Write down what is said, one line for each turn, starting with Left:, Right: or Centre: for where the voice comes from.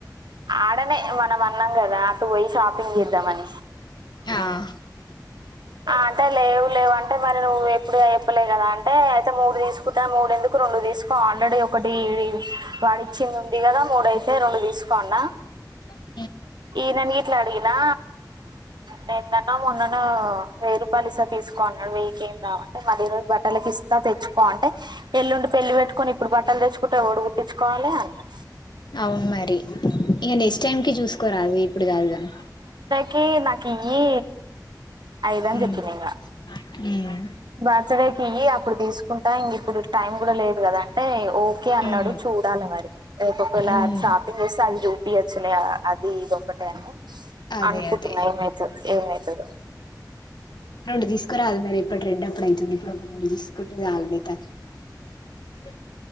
Right: ఆడనే మనం అన్నామ్ గదా అటు పోయి షాపింగ్ చేద్దాం అని.
Left: ఆ <inaudible>
Right: అంటే లేవు లేవు అంటే మరి నువ్వు ఎప్పుడు చెప్పలే కదా అంటే అయితే మూడు తీసుకుంటా మూడు ఎందుకు రెండు తీస్ స్కో ఆల్రెడీ ఒకటి ఇవి వాడు ఇచ్చింది ఉంది కదా మూడుయితే రెండు తీసుకో అన్నా.
Left: <inaudible>
Right: ఈనని ఇట్లా అడిగినా నిన్నన్నో మొన్నన్నో వెయ్యి రూపాయలు ఇస్తా తీసుకో అన్నాడు, వెయ్యికే రావ్ అంటే మరి ఈ రోజు బట్టలకి ఇస్తా తెచ్చుకో అంటే ఎల్లుండ్ పెళ్లి పెట్టుకొని ఇప్పుడు బట్టలు తెచ్చుకుంటే ఎవడు కుట్టించుకోవాలే అన్నా.
Left: అవును మరి ఇగ నెక్స్ట్ టైమ్ కి చూసుకోరాదు ఇప్పుడు కాదుగాని.
Right: కి నాకి ఇ ఐదని
Left: మ్మ్
Right: చెప్పింది ఇంగా
Left: మ్మ్
Right: బర్త్డేకియి అప్పుడు తీసుకుంటా ఇంగ్ ఇప్పుడు టైం కూడా లేదు కదా అంటే ఓకే అన్నాడు
Left: మ్మ్
Right: చూ చూడాల మరి రేపు ఒక వేళ
Left: ఉమ్
Right: షాపింగ్ వస్తే అది చూపియచ్చలే అది ఇది ఒకటే అని.
Left: అదే
Right: అనుకుంటున్నా
Left: అదే
Right: ఏమైతు ఏమైతదో
Left: రెండు తీసుకురాలి మరి ఇప్పుటి రెండు అప్పుడు అయితుంది ఇప్పుడు ఒక రెండు తీసుకుంటే చాలు నీతా. <inaudible>